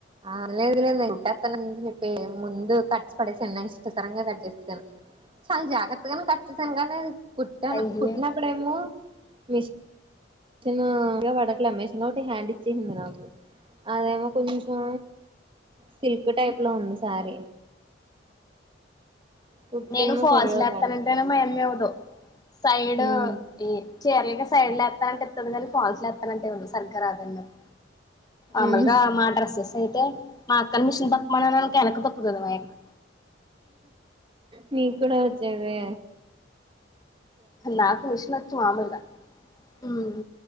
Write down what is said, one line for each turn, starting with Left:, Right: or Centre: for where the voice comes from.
Right: అ లేదు లేదు నేను కుట్టేత్తాను అని చెప్పి ముందు కట్ చేసి పడేసాను నైఫ్ తో సడెన్ గా కట్ చేసెసాను చాలా జాగ్రత్తగానే కట్ చేసాను కా కుట్టాను
Left: అయ్యో
Right: కుట్టినప్పుడేమో మెషిన్ నా పడట్లే మెషిన్ ఒకటి హ్యాండ్ ఇచ్చేసింది నాకు అదేమో కొంచెం సిల్క్ టైప్ లో ఉంది సారీ కుట్టేమో
Left: నేను ఫాల్స్
Right: సరిగా
Left: లు ఎత్తానంటే
Right: పడట్లేదు
Left: నే మా యమ్మ ఇవ్వదు సైడ్
Right: ఉమ్
Left: ఈ చీరలకె సైడ్ లేత్త ఎత్తనంటే ఎస్తుంది కానీ ఫాల్న్స్లు ఎస్తానంటే సరిగా రాదన్నకు ఆమల్గా
Right: ఉమ్
Left: మాడ్రస్ ఎస్ యితే మాక్కని మిషన్ తక్కుమ అనక తక్కుతు మకు
Right: నీ కూడ వచ్చాదే
Left: నాకు మీషన్ వచ్చు మామలుగా హ్మ్